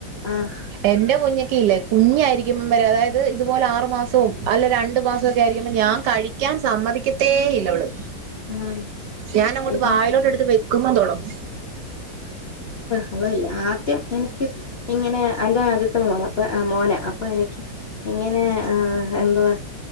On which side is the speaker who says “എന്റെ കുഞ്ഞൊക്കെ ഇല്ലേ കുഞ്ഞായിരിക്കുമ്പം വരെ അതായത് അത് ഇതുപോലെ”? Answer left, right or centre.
Right